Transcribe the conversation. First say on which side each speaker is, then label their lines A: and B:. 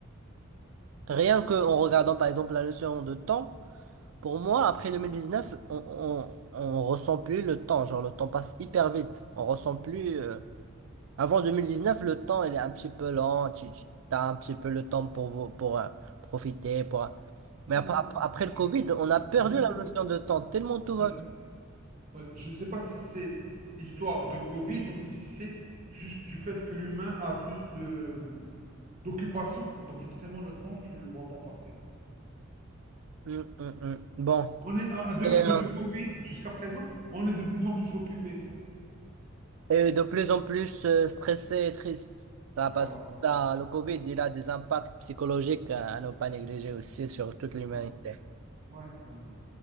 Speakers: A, on the right; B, on the right.
A: Rien que en regardant, par exemple, la notion de temps, pour moi, après 2019 on, on, on ressent plus le temps. Genre, le temps passe hyper vite. On ressent plus... euh, Avant neuf le temps, il est un petit peu lent. Tu, tu as un petit peu le temps pour, vo- pour euh, profiter, pour... Mais
B: Hmm.
A: après, après
B: Je
A: le Covid, on a perdu
B: je sais,
A: la notion de temps, tellement tout
B: oui,
A: va
B: oui. Je sais pas si c'est histoire de Covid ou si c'est juste du fait que l'humain a plus de hmm, d'occupation. Donc forcément, le temps, tu le vois pas passer, quoi.
A: Mm, mm, mm. Bon,
B: On est, euh, de-
A: et, euh,
B: depuis Covid jusqu'à présent, on est de plus en plus occupé, quoi.
A: et de plus en plus euh, stressé et triste. Ça,
B: Voilà.
A: parce que ça, le Covid, il a des impacts psychologiques à à ne pas négliger aussi sur toute l'humanité.
B: Ouais, ouais, voilà.